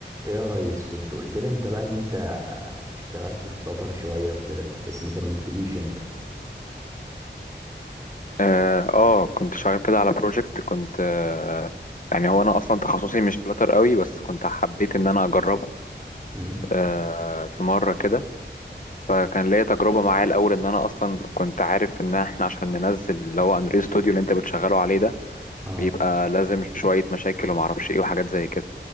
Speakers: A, on the right (about 15°); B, on the left (about 45°).
A: ايه يا ريس كنت قلت لي انت بقى ان انت اشتغلت في فلاتر شوية وكده بس ما كملتليش انت
B: اه آه، كنت شغال كده على بروجكت كنت آه يعني هو انا اصلا تخصصي مش فلاتر قوي بس كنت حبيت ان انا اجربه
A: امم
B: آه في مره كده فكان ليا تجربه معاه الاول ان انا اصلا كنت عارف ان احنا عشان ننزل اللي هو انريل ستوديو اللي انت بتشغله عليه ده
A: اه
B: بيبقى لازم شويه مشاكل ومعرفش ايه وحاجات زي كده